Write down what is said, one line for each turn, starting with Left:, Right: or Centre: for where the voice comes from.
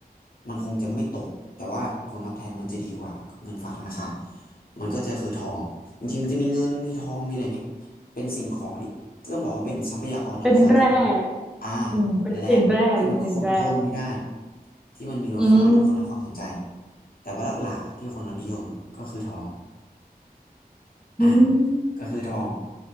Left: มันคงจะไม่ตกแต่ว่าผลตอบแทนมันจะดีกว่าเงินฝากธนาคารมันก็จะคือทองจริงๆมันจะมีเงินมีทองมีอะไรเงี้ยเป็นสิ่งของที่ที่ต้องบอกว่าเป็นทรัพยากรธรรมชาติที่มัน
Centre: เป็นแร่
Left: อ่า
Centre: อืมเป็นสินแร่เป็นสินแร่
Left: เป็นแร่ที่มันขุดเพิ่มไม่ได้ที่มันมีมูลค่าที่คนให้ความสนใจ
Centre: อืม
Left: แต่ว่าหลักๆอ่ะที่คนเรานิยมอะก็คือทอง
Centre: อืม
Left: อ่ะก็คือทอง